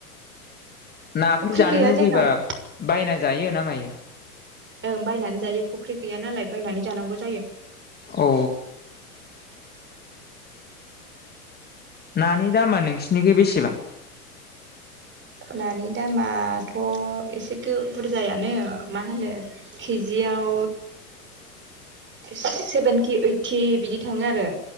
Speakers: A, on the left (about 20°); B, on the right (about 25°).
A: ना
B: फुख्रि
A: फोर
B: गैया
A: लुबैब्ला
B: जोंनाव
A: बायनानै जायो ना मायो
B: ओं बायनानै जायो फुख्रि गैया नालाय बायनानै जानांगौ जायो
A: औ नानि दामा नोंसिरनिख बेसेबां
B: नानि दामाथ' एसे बुरजायानो मा होनो केजि याव सेभेनटि ओइटि बिदि थाङो आरो